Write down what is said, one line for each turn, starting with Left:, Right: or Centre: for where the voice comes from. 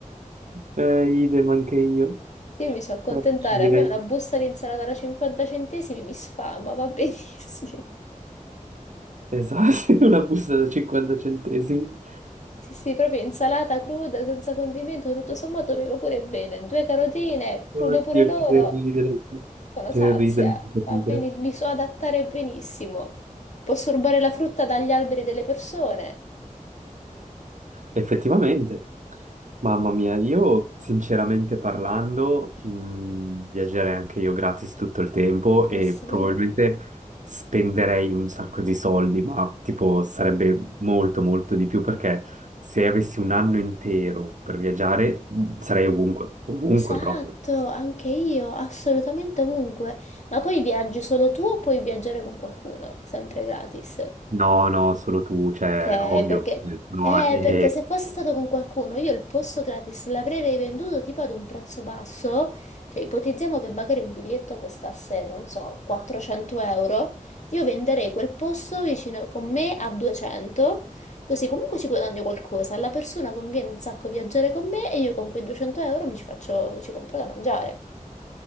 Right: Eh, idem anche io.
Left: Sì, io mi so accontentare,
Right: Eh, ci direi,
Left: a me una busta di insalata da 50 centesimi mi sfama, va <laughs> benissimo.
Right: esatto, <laughs> una busta da 50 centesimi.
Left: Sì, sì, proprio insalata cruda, senza condimento, tutto sommato mi va pure bene. Due carotine, crude
Right: Oddio,
Left: pure loro.
Right: che ridere,
Left: Sono
Right: che
Left: sazia,
Right: ridere, che
Left: va
Right: ridere.
Left: bene, mi so adattare benissimo. Posso rubare la frutta dagli alberi delle persone.
Right: Effettivamente, mamma mia, io sinceramente parlando, mh, viaggerei anche io gratis tutto il tempo
Left: Eh
Right: e
Left: sì,
Right: probabilmente spenderei un sacco di soldi, ma tipo sarebbe molto molto di più perché se avessi un anno intero per viaggiare mh, sarei ovunque, ovunque
Left: Esatto,
Right: proprio.
Left: anche io, assolutamente ovunque. Ma poi viaggi solo tu o puoi viaggiare con qualcuno? Sempre gratis.
Right: No, no, solo tu, cioè,
Left: Ok,
Right: ovvio,
Left: perché...
Right: no,
Left: Eh,
Right: è,
Left: perché se fosse stato con qualcuno, io il posto gratis l'avrei venduto tipo ad un prezzo basso, cioè ipotizziamo che magari un biglietto costasse, non so, 400 euro, io venderei quel posto vicino con me a 200, così comunque ci guadagno qualcosa, alla persona conviene un sacco viaggiare con me e io con quei 200 euro mi ci faccio, mi ci compro da mangiare.